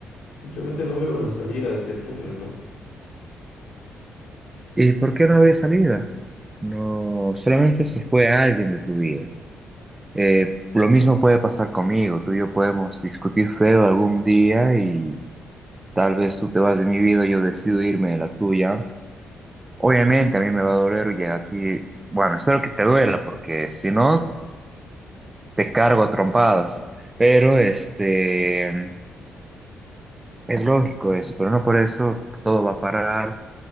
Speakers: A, on the left; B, on the right.
A: simplemente no veo la salida de este túnel, ¿no?
B: ¿Y por qué no habría salida? No, solamente se fue alguien de tu vida. Eh, lo mismo puede pasar conmigo. Tú y yo podemos discutir feo algún día y tal vez tú te vas de mi vida, yo decido irme de la tuya. Obviamente a mí me va a doler y a ti, bueno, espero que te duela porque si no, te cargo a trompadas. Pero este, es lógico eso, pero no por eso todo va a parar,